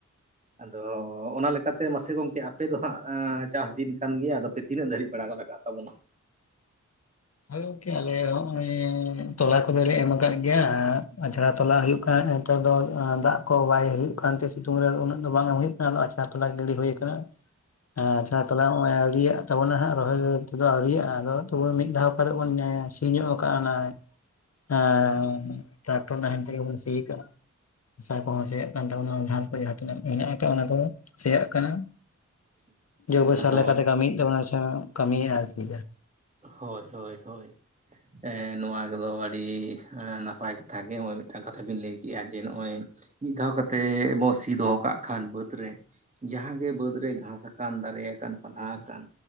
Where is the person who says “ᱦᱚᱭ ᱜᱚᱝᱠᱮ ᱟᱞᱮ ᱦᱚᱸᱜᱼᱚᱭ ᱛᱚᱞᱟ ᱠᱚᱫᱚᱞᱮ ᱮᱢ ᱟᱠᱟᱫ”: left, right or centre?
Left